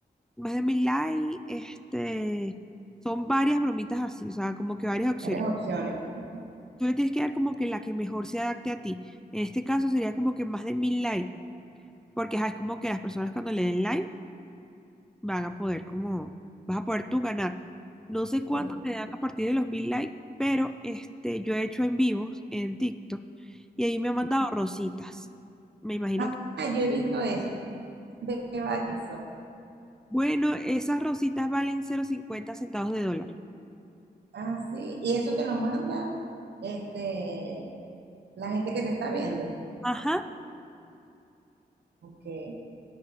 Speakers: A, in the centre; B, on the right.
A: más de mil likes, este, son varias bromitas así, o sea, como que varias opciones.
B: Varias opciones. Ajá.
A: Tú le tienes que dar como que la que mejor se adapte a ti. En este caso sería como que más de mil likes, porque ajá, es como que las personas cuando le den like van a poder como, vas a poder tú ganar. No sé cuánto
B: Es-
A: te dan a partir de los mil likes, pero este, yo he hecho en vivos en TikTok y ahí me han mandado rositas. Me imagino
B: Ah,
A: que,
B: yo he visto eso, veo eso.
A: bueno, esas rositas valen cero coma cincuenta centavos de dólar.
B: Ah, sí. Y eso te lo manda este, la gente que te está viendo.
A: Ajá.
B: Ok.